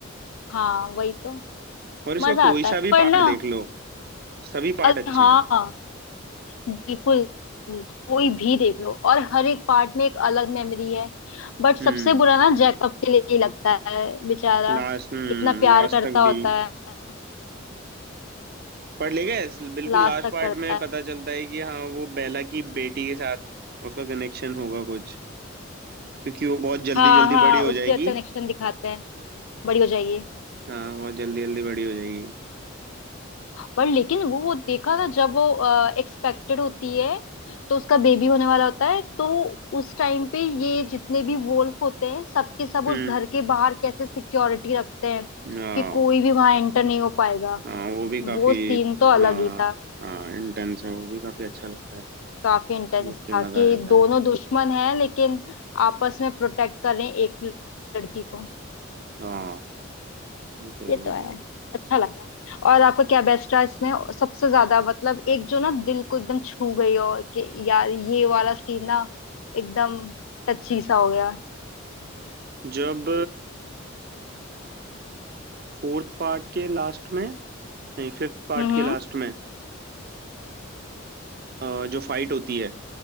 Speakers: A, on the left; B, on the right.
A: हाँ वही तो
B: और इसका
A: मजा
B: कोई
A: आता
B: सा
A: है
B: भी
A: पर
B: पार्ट
A: ना
B: देख लो सभी पार्ट
A: अरे
B: अच्छे
A: हाँ
B: हैं
A: बिल्कुल कोई भी देख लो और हर एक पार्ट में एक अलग मेमोरी है बट सबसे
B: हम्म
A: बुरा ना जैकब के लिए ही लगता है बेचारा
B: लास्ट हम्म
A: इतना प्यार
B: लास्ट
A: करता
B: तक
A: होता
B: भी
A: है
B: पढ़ ले गए बिल्कुल
A: लास्ट
B: लास्ट
A: तक
B: पार्ट
A: करता
B: में
A: है
B: पता चलता है कि हाँ वो बेला की बेटी के साथ उसका कनेक्शन होगा कुछ क्योंकि वो बहुत जल्दी
A: हाँ
B: जल्दी
A: हाँ
B: बड़ी हो
A: उसके
B: जाएगी
A: कनेक्शन दिखाते हैं बड़ी हो जाइए
B: हाँ बहुत जल्दी जल्दी बड़ी हो जाएगी
A: पर लेकिन वो वो देखा ना जब वो एक्सपेक्टेड होती है तो उसका बेबी होने वाला होता है तो उस टाइम पे ये जितने भी वोल्फ होते हैं सबके सब
B: हम्म
A: उस घर के बाहर कैसे सिक्योरिटी रखते हैं
B: हाँ
A: कि कोई भी वहां एंटर नहीं हो पाएगा
B: हाँ वो भी काफी
A: वो सीन तो अलग
B: हाँ
A: ही था
B: हाँ इंटेंस है वो भी काफी अच्छा लगता है
A: काफी इंटेंस
B: देख के
A: था
B: मजा
A: कि
B: आ जाता
A: दोनों
B: है
A: दुश्मन हैं लेकिन आपस में प्रोटेक्ट कर रहे हैं एक लड़की को
B: हाँ वो सही
A: ये
B: बोल
A: तो
B: रहे
A: है
B: हो
A: अच्छा लगा और आपका क्या बेस्ट रहा इसमें सबसे ज्यादा मतलब एक जो ना दिल को एकदम छू गई हो कि यार ये वाला सीन ना एकदम टची सा हो गया
B: जब फोर्थ पार्ट के लास्ट में नहीं फिफ्थ पार्ट
A: हम्म
B: के
A: हम्म।
B: लास्ट में अ, जो फाइट होती है